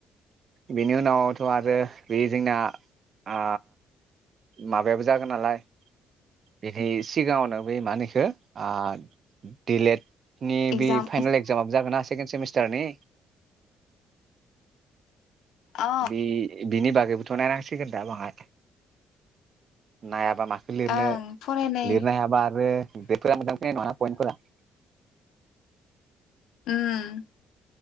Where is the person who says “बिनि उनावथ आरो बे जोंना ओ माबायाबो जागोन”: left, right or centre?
Right